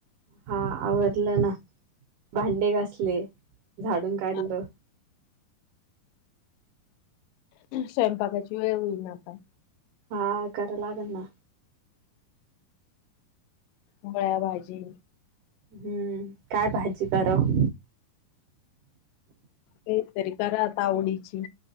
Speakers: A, on the right (about 75°); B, on the left (about 80°).
A: हा आवरलं ना भांडे घासले, झाडून काढलं
B: अन. स्वयंपाकाची वेळ होईन जात आसल?
A: हा करा लागना.
B: मोगळ्या भाजी
A: हम्म, काय भाजी करावं?
B: काही तरी करा आता आवडीची.